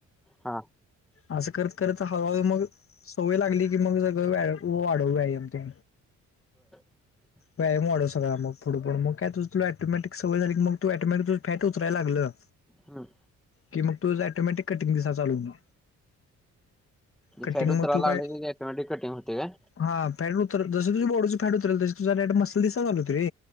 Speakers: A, in the centre; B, on the left.
A: हा
B: असं करत करत हळूहळू मग सवय लागली की मग सगळं वाढवूया. कमती.
A: <inaudible>
B: व्यायाम वाढव सगळा मग पुढ पुढ मग काय तुला सवय झाली मग तू ऑटोमॅटिक फॅट उतराया लागलं.
A: हम्म
B: की मग तू ऑटोमॅटिक कटिंग दिसायला चालू होईल. कटिंग
A: फॅट उतराला
B: मग तू काय
A: लागल की ऑटोमॅटिक कटिंग होते का?
B: हा फॅट उतरल जस तुझं बॉडीचं फॅट उतरल तसं तुझा फॅट मसल दिसायला चालू हो रे